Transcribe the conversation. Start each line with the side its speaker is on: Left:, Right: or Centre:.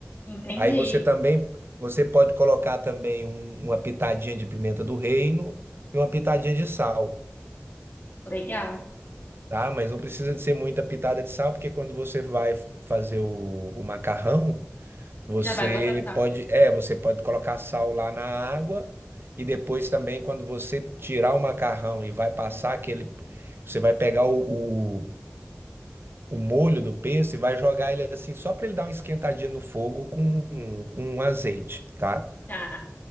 Left: Entendi.
Right: Aí você também, você pode colocar também um- uma pitadinha de pimenta do reino e uma pitadinha de sal,
Left: Legal.
Right: tá? Mas não precisa de ser muita pitada de sal, porque quando você vai f- fazer o, o macarrão, você
Left: Já vai botar
Right: pode, é, você pode colocar sal lá na água e depois também quando você tirar o macarrão e vai passar aquele, você vai pegar o, o o molho do pesto e vai jogar ele assim só para ele dar uma esquentadinha no fogo com, com azeite, tá?
Left: Tá.